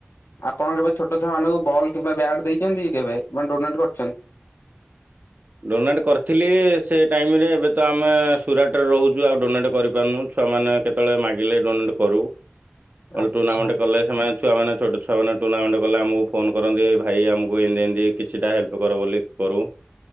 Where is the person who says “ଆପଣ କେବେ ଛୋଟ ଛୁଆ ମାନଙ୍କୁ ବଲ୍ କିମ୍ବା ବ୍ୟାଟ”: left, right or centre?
Left